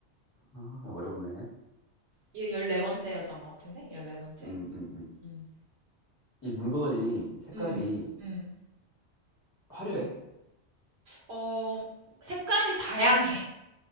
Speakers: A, on the left; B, on the right.
A: 아, 어렵네.
B: 이거 14번째였던 것 같은데? 14번째?
A: 음, 음, 음.
B: 음,
A: 이 물건이 색깔이
B: 음, 음.
A: 화려해.
B: 어, 색깔이 다양해.